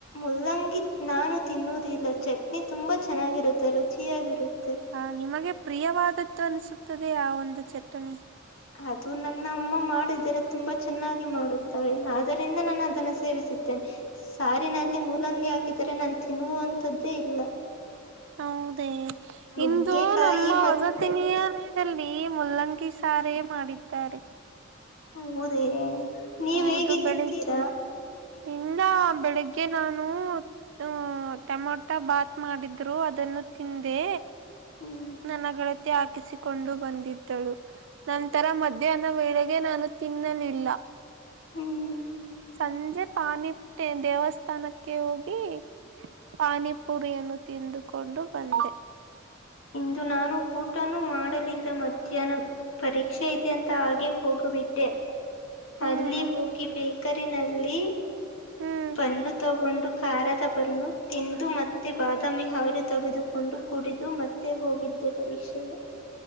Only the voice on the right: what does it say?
ಹ ನಿಮಗೆ ಪ್ರಿಯವಾದದ್ದು ಅನಿಸುತ್ತದೆ ಆ ಒಂದು ಚಟ್ಟನಿ
ಹೌದೇ
ಇಂದು ನಮ್ಮ
ವಸತಿನಿಯನಲ್ಲಿ ಈ ಮುಲ್ಲಂಗಿ ಸಾರೇ ಮಾಡಿದ್ದಾರೆ
ಹೌದು
ಬೆಳಿಗ್
ಇಲ್ಲ ಬೆಳಿಗ್ಗೆ ನಾನು ಹ ಟಮೊಟೊ ಭಾತ್ ಮಾಡಿದ್ರು ಅದನ್ನು ತಿಂದೆ
ನನಗಳತ್ತ ಆ ಹಾಕಿಸಿಕೊಂಡು ಬಂದಿದ್ದಳು ನಂತರ ಮಧ್ಯಾಹ್ನ ವೇಳೆಗೆ ನಾನು ತಿನ್ನಲಿಲ್ಲ
ಸಂಜೆ ಪಾನಿಟ್ಟೆ ದೇವಸ್ಥಾನಕ್ಕೆ ಹೋಗಿ ಪಾನಿಪುರಿಯನ್ನು ತಿಂದುಕೊಂಡು ಬಂದೆ
ಹ್ಮ್
ಹ್ಮ್